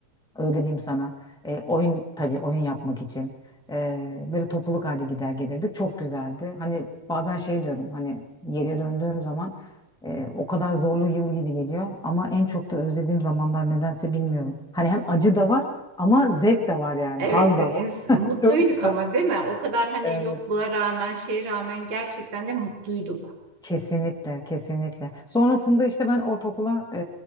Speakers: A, in the centre; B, on the right.
A: Öyle diyeyim sana. E, oyun tabii oyun yapmak için. E, böyle topluluk halde gider gelirdik. Çok güzeldi. Hani bazen şey diyorum hani geriye döndüğüm zaman e, o kadar zorlu yıl gibi geliyor. Ama en çok da özlediğim zamanlar nedense bilmiyorum. Hani hem acı da var ama zevk de var yani.
B: Evet,
A: Haz
B: ins-
A: da var. <laughs>
B: mutluyduk
A: Çok güzel.
B: ama değil mi? O kadar hani
A: Evet.
B: yokluğa rağmen, şeye rağmen gerçekten de mutluyduk.
A: Kesinlikle, kesinlikle. Sonrasında işte ben ortaokula e,